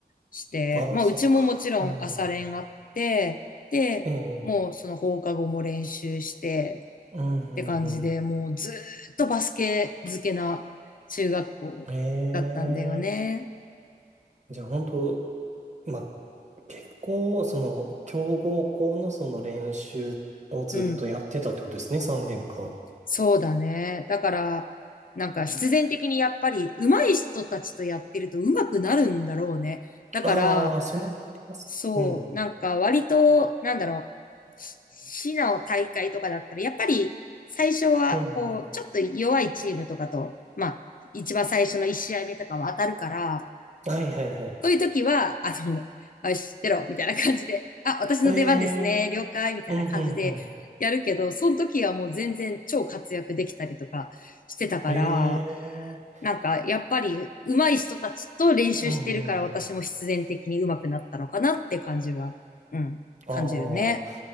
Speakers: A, on the left; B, on the right.
A: して、
B: ああ、
A: まあうちももちろん朝練あって、
B: そっか。うんうんうん。
A: で、
B: ええ、
A: もうその放課後も練習してって感じで、
B: うんうん
A: もうずーっとバスケ漬けな中学校だったんだよね。
B: うん。ええ、じゃあ本当、まあ、結構、その、強豪校のその練習をずっとやってたってことですね、
A: うん。
B: 3年間。
A: そうだね。だから、なんか必然的にやっぱり上手い人たちとやってると上手くなるんだろうね。だから、
B: ああ、それはありますね。
A: そう、
B: うん。
A: なんか割と、なんだろう、し市の大会とかだったら、やっぱり最初は、
B: うんうん。
A: こう、ちょっと弱いチームとかと、まあ、一番最初の1試合目とかは当たるから、
B: はいはいはい。
A: そういう時は、あの、よし、出ろ、みたいな感じで、あ、私の出番ですね、
B: ええ、
A: 了解、みたいな感じでやるけど、
B: うんうんうん。
A: その時はもう全然超活躍できたりとかしてたから、
B: ええ、
A: なんか、やっぱり、上手い人たちと練習してるから、
B: うんうんうん。
A: 私も必然的に上手くなったのかなって感じは、うん、
B: あ
A: 感じるね。
B: あ、